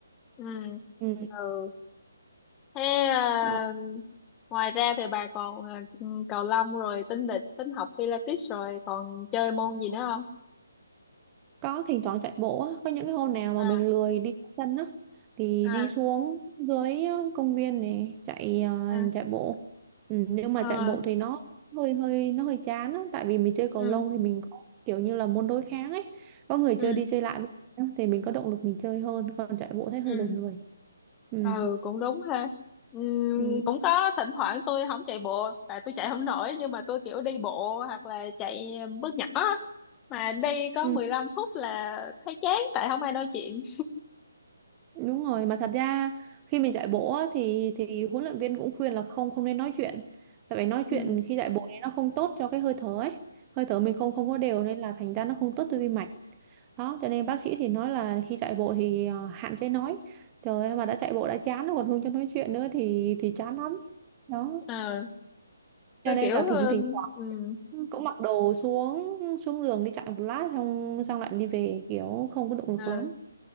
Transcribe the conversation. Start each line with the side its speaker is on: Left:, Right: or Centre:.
Left: ừ
Right: Ừ.
Left: ừ thế à,
Right: ờ.
Left: ngoài ra thì bà còn à, cầu lông rồi tính địch tính học Pilates rồi còn chơi môn gì nữa không
Right: có thỉnh thoảng chạy bộ á có những cái hôm nào mà
Left: à
Right: mình lười đi ra sân á thì
Left: à
Right: đi xuống dưới ờ, công viên này chạy ờ,
Left: à
Right: chạy bộ ừ, nhưng mà
Left: ờ,
Right: chạy bộ thì nó hơi hơi nó hơi chán á tại vì mình chơi cầu
Left: ừ
Right: lông thì mình có kiểu như là môn đối kháng ấy có người chơi
Left: ừ
Right: đi chơi lại với nhau thì mình có động lực mình chơi hơn còn chạy bộ thấy hơi
Left: ừ
Right: lười lười ừ.
Left: ừ cũng đúng ha ừ,
Right: Ừ.
Left: cũng có thỉnh thoảng tôi không chạy bộ tại tôi chạy không nổi nhưng mà tôi kiểu đi bộ hoặc là chạy bước nhỏ á. mà đi có
Right: Ừ.
Left: 15 phút là thấy chán tại không ai nói chuyện
Right: Đúng rồi, mà thật ra khi mình chạy bộ á, thì thì huấn luyện viên cũng khuyên là không không nên nói chuyện. Tại vì nói
Left: ừ
Right: chuyện khi chạy bộ thì nó không tốt cho cái hơi thở ấy. Hơi thở mình không không có đều nên là thành ra nó không tốt cho tim mạch. Đó, cho nên bác sĩ thì nói là khi chạy bộ thì ờ, hạn chế nói. Trời ơi, mà đã chạy bộ đã chán rồi còn không cho nói chuyện nữa thì thì chán lắm. Đó.
Left: ờ
Right: Cho
Left: tôi
Right: nên
Left: kiểu
Right: là
Left: uh,
Right: thỉnh thỉnh thoảng
Left: ừ,
Right: cũng mặc đồ xuống xuống đường đi chạy một lát xong xong lại đi về kiểu không có động lực
Left: ờ,
Right: lắm.